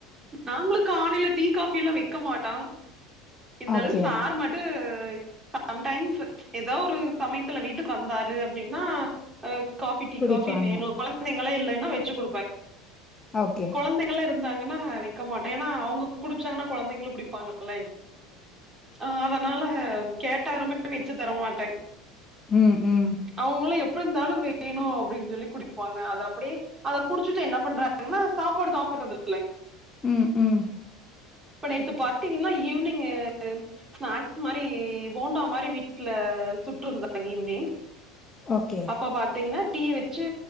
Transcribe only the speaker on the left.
ஓகே
குடிப்பாங்க
ஓகே
ம் ம்
ம் ம்
ஓகே